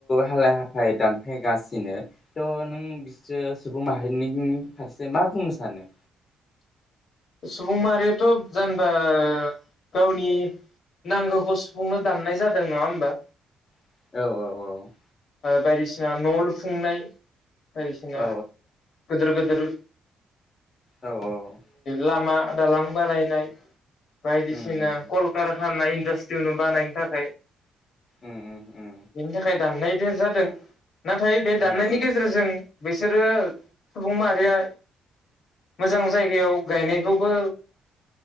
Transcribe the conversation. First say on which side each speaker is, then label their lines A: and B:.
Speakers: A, on the left; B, on the left.
A: हालाय हाफाय दानफायगासिनो थ नों बिसोर सुबुं माहारिनि फारसे मा बुंनो सानो?
B: सुबुं माहारियाथ जेनेबा गावनि नांगौखौ सुफुंनो दाननाय जादों नङा होनबा।
A: औ औ औ
B: बायदिसिना न' लुफुंनाय बायदिसिना
A: औ
B: गोदोर गोदोर
A: औ औ
B: लामा दालां बानायनाय बायदिसिना
A: उम उम
B: कलकारखाना इन्डास्ट्रियाव बानायनो थाखाय
A: उम उम उम
B: बेनि थाखाय दाननाय देर जादों नाथाय बे दाननायनि
A: ओ ओ
B: गेजेरजों बिसोरो सुबुं माहारिया मोजां जायगायाव गायनायखौबो